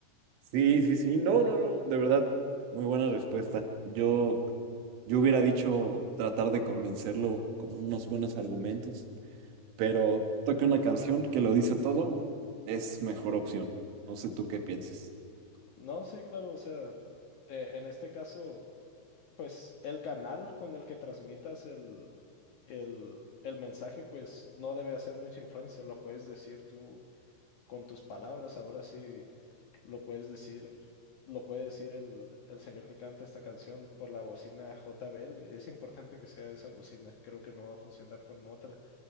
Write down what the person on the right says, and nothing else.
Sí, sí, sí, no, no, no, de
verdad, muy buena respuesta. Yo, yo hubiera dicho tratar de convencerlo con unos buenos argumentos, pero
toque una canción que lo dice todo, es mejor opción. No sé tú qué pienses.